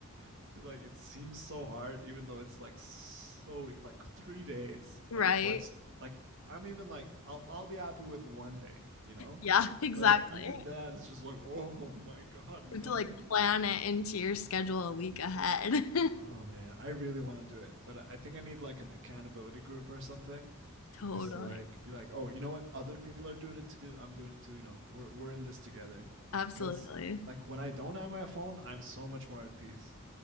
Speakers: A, on the right (about 60°); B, on the left (about 75°).
A: It's 'cause, like it seems so hard, even though it's like so e- like three days.
B: Right.
A: Like what's like I'm even like I'll I'll be happy with one day, you know,
B: Yeah, <laughs> exactly.
A: but even
B: You
A: that is just like <laughs> oh my god, nothing.
B: have to like plan it into your schedule a week ahead. <laughs>
A: Oh man, I really want to do it, but I I think I need like an accountability group or something,
B: Totally.
A: just to like be like, oh, you know what? Other people are doing it too. I'm doing it too. You know, we're we're in this together.
B: Absolutely.
A: Cause like when I don't have my phone, I'm so much more at peace.